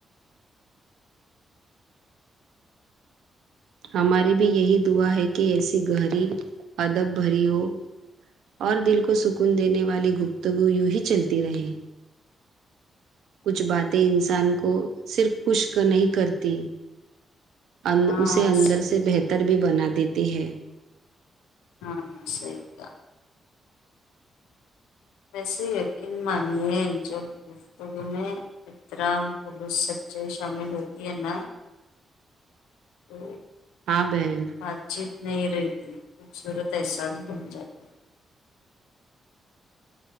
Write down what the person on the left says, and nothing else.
ہاں
صحیح
ہاں سہی کا ویسے یقین مانیے جب گفتگو میں احترام پولوس سچائی شامل ہوتی ہے ن تو
بات چیت نہیں رہتی خوبصورت احساس بن جاتی